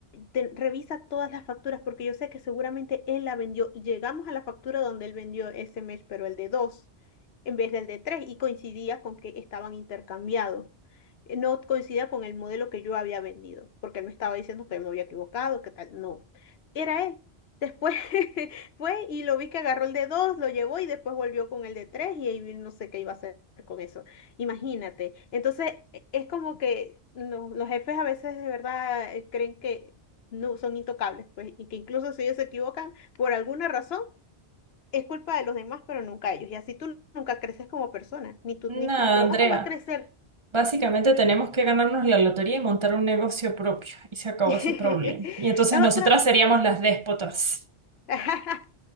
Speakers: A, on the left; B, on the right.
A: Te- revisa todas las facturas porque yo sé que seguramente él la vendió. Llegamos a la factura donde él vendió ese mes, pero el de dos en vez del de tres y coincidía con que estaban intercambiados. Eh, No coincidía con el modelo que yo había vendido, porque él me estaba diciendo que me había equivocado, que tal, no. Era él. Después <laughs> Fue y lo vi que agarró el de dos, lo llevó y después volvió con el de tres y ahí no sé qué iba a hacer con eso. Imagínate. Entonces, e- es como que no- los jefes a veces de verdad eh, creen que no son intocables, pues, y que incluso si ellos se equivocan por alguna razón, es culpa de los demás, pero nunca ellos. Y así tú nunca creces como persona, ni tu,
B: Nada,
A: ni tu trabajo
B: Andrea.
A: va a crecer.
B: Básicamente tenemos que ganarnos la lotería y montar un negocio propio. Y se acabó
A: <laughs>
B: ese problema. Y entonces
A: Otra,
B: nosotras seríamos las déspotas.
A: <laughs>